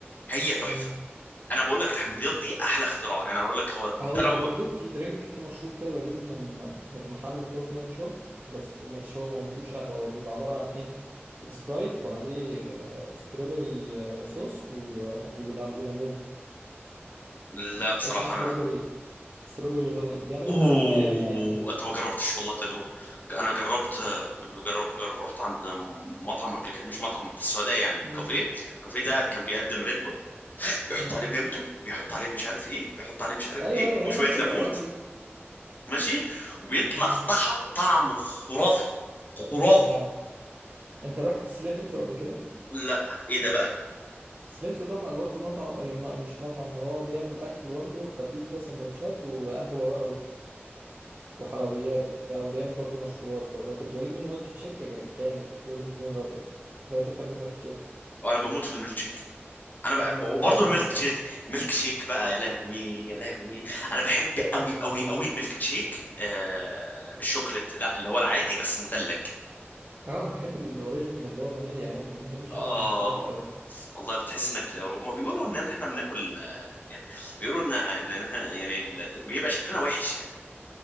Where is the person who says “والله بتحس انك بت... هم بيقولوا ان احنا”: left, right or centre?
Left